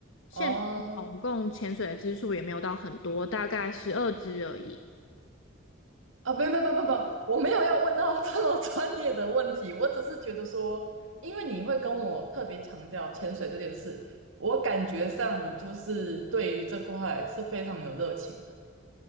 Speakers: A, on the left; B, on the right.
A: 现总共潜水的支数也没有到很多，
B: 哦，
A: 大概十二支而已。
B: 啊，不不不不不，我没有要问到 <laughs> 这么专业的问题，我只是觉得说，因为你会跟我特别强调潜水这件事，我感觉上你就是对于这块是非常有热情的，